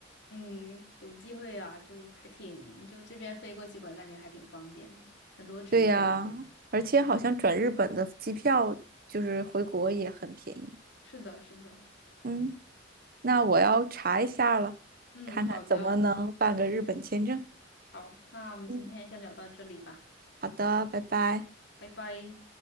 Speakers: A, on the left; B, on the right.
A: 嗯，有机会啊，就还挺，就这边飞过去，我感觉还挺方便的，很多直飞。
B: 对呀，而且好像转日本的机票就是回国也很便宜。
A: 是的，是的。
B: 嗯，那我要查一下了，
A: 嗯，
B: 看看怎么能办个日本签证。
A: 好的，好，那我们今天先聊到这里吧，
B: 嗯，好的，拜拜。
A: 拜拜。